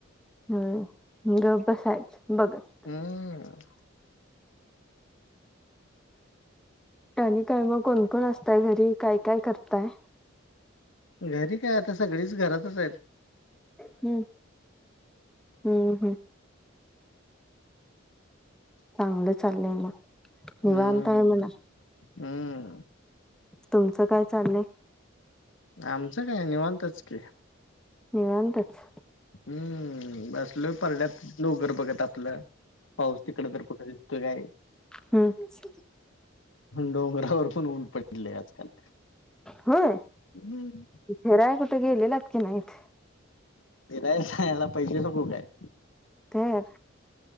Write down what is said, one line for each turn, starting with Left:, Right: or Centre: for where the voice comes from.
Centre: हम गप बसायचं बघत.
Left: हम्म
Centre: आणि काय मग कोण कोण असताय घरी काय काय करताय.
Left: घरी काय आता सगळीच घरातच हायत.
Centre: हम्म हम्म हम्म चांगलं चाललंय म
Left: हम्म
Centre: निवांताय म्हणा
Left: हम्म
Centre: तुमचं काय चाललंय.
Left: आमचं काय निवांतच की.
Centre: निवांतच.
Left: हम्म बस लोय परड्यात लोगर बघत आपलं पाऊस तिकड तर कुठ दिसतोय काय.
Centre: हम्म हम्म
Left: डोंगरावर पण ऊन पडलंय आजकाल.
Centre: होय.
Left: हम्म.
Centre: फेराय कुट गेलेलात की नाईत.
Left: जायाला पैसे नगो काय.
Centre: तर